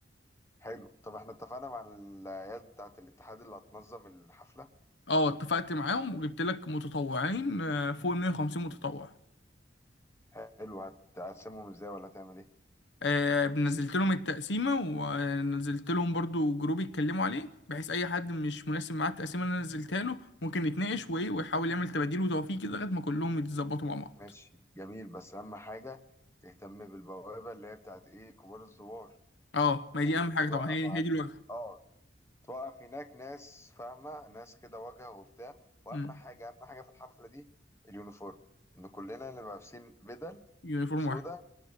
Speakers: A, on the left; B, on the left.
A: حلو طب احنا اتفقنا مع العيال بتاعة الاتحاد اللي هتنظم الحفلة
B: اه اتفقت معاهم وجبت لك متطوعين آه، فوق ال 150 متطوع
A: حلو هتقسمهم ازاي ولا هتعمل ايه
B: آه، نزلت لهم التقسيمة ونزلت لهم برضو جروب يتكلموا عليه بحيث أي حد مش مناسب معاه التقسيمة اللي أنا نزلتها له ممكن يتناقش وإيه ويحاول يعمل تباديل وتوفيق كده لغاية ما كلهم يتظبطوا مع بعض.
A: ماشي جميل بس اهم حاجة تهتم بالبوابة اللي هي بتاعة ايه كبار الزوار
B: أه ما هي
A: جميل
B: دي أهم حاجة
A: توقف
B: طبعا هي
A: عن
B: هي دي الواجهة.
A: اه توقف هناك ناس فاهمة ناس كده واجهة وبتاع واهم
B: أمم،
A: حاجة اهم حاجة في الحفلة دي اليونيفورم ان كلنا نبقى لابسين بدل
B: يونيفورم
A: سودا
B: واحد